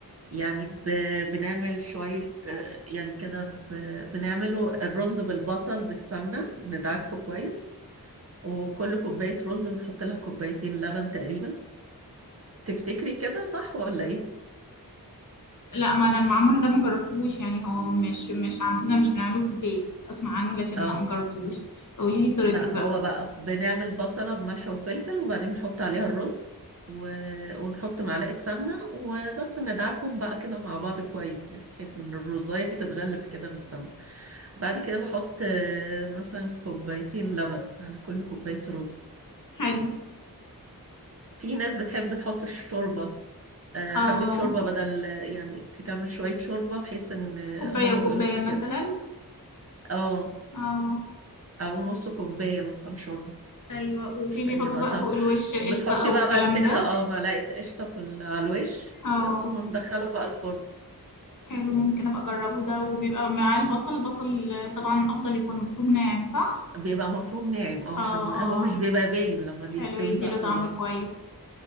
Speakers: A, on the right; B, on the left.
A: يعني ب... بنعمل شوية آه، يعني كده ب... بنعمله الرز بالبصل بالسمنة ندعكه كويس وكل كوباية رز بنحط لها كوبايتين لبن تقريبا تفتكري كده صح ولا ايه؟
B: لا ما انا المعمر ده ما جربتوش يعني هو مش مش عندنا مش بنعمله في البيت اسمع عنه لكن
A: اه
B: لا ما جربتوش فقولي لي طريقتك
A: لا
B: بقى
A: هو بقى بنعمل بصلة بملح وفلفل وبعدين بنحط عليها الرز و... ونحط معلقة سمنة وبس ندعكم بقى كده مع بعض كويس يعني بحيث ان الرزاية تتغلف كده بالسمنة بعد كده بحط آه، مثلا كوبايتين لبن على كل كوباية رز
B: حلو
A: في ناس بتحب تحط الشوربة آه،
B: اه
A: حبة شوربة بدل يعني تكمل شوية شوربة بحيث ان
B: كوبايه
A: هما
B: وكوبايه
A: بيقولك
B: مثلا
A: اه
B: اه
A: او نص كوباية مثلا شوربة
B: ايوه وفي
A: عشان
B: بيحطوا
A: يبقى
B: بقى
A: طعم
B: فوق الوش قشطه
A: بتحطي
B: او
A: بقى
B: الكلام
A: بعد كده
B: ده
A: اه معلقة قشطة في ال- على الوش
B: اه
A: بس ومندخله بقى الفرن
B: حلو ممكن ابقى اجربه ده وبيبقى معاه البصل البصل طبعا افضل يكون مفروم ناعم صح
A: بيبقى مفروم ناعم اه
B: اه
A: عشان هو
B: اه
A: مش بيبقى باين لما بيستوي
B: حلو يديله
A: بقى خلاص
B: طعم كويس